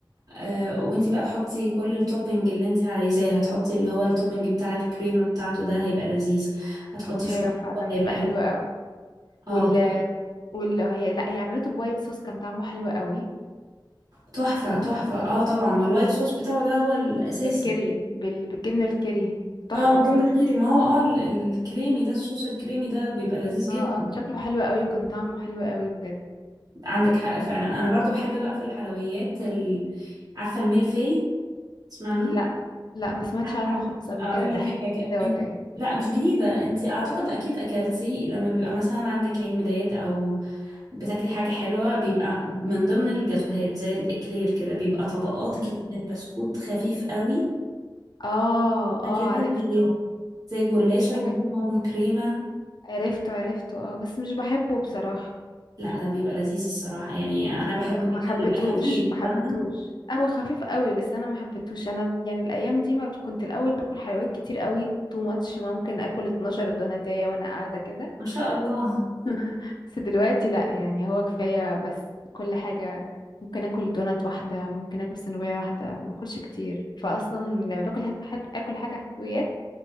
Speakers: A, on the right (about 50°); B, on the left (about 60°).
A: آه وانتي بقى تحطي كل التوبينج اللي انتي عايزاه هتحطي اللي هو التوبينج بتاع الكريمة بتاعته ده هيبقى لذيذ هتحطي شوكولاتة
B: ايوه فعلا
A: هيبقى
B: بيبقى حلو
A: لذيذ
B: قوي
A: اه
B: وال وال هي لا هي عملته بوايت صوص كان طعمه حلو قوي
A: تحفة تحفة اه طبعا ما الوايت صوص بتاعه ده هو الأساسي
B: بالكيري بال... بالجبنه الكيري تحفه
A: اه وجبنة
B: بصراحه
A: الكيري ما هو اه ال- ال- الكريمي ده الصوص الكريمي ده بيبقى لذيذ جدا
B: اه اه شكله حلو قوي وكان طعمه حلو قوي بجد
A: عندك حق فعلا انا برضو بحب بقى في الحلويات ال... عارفة الميلفي تسمعنا
B: لا لا ما سمعتش
A: عارفة
B: عنه خالص قبل
A: اقول
B: كده ده
A: لك
B: حاجه
A: حاجة
B: جديده
A: انت
B: ولا ايه
A: لا مش جديدة انت اعتقد اكيد اكلتي لما بيبقى مثلا عندك عيد ميلاد او بتاكلي حاجة حلوة بيبقى من ضمن الجاتوهات زي الاكلير كده بيبقى طبقات
B: امم
A: كده من بسكوت خفيف قوي
B: اه
A: ده
B: اه
A: كده
B: عرفته
A: زي زي الجلاشة
B: عرفت-
A: وبينهم كريمة
B: عرفته عرفته اه بس مش بحبه بصراحه
A: لا ده بيبقى لذيذ الصراحة يعني انا بحبه
B: لا ما
A: جدا
B: حبيتهوش
A: بيبقى خفيف
B: ما حبيتهوش
A: فاهمة
B: هو خفيف قوي بس انا ما حبيتهوش انا يعني الايام دي ما كنت الاول باكل حلويات كتير قوي تو ماتش ممكن اكل 12 دوناتية وانا قاعده كده
A: ما شاء الله
B: <laughs> بس دلوقتي لا يعني هو كفايه بس كل حاجه ممكن اكل دونات واحده ممكن اكل سنوبيه واحده ما اكلش كتير فاصلا لما باكل حاجه حاجة- اكل حاجه حلويات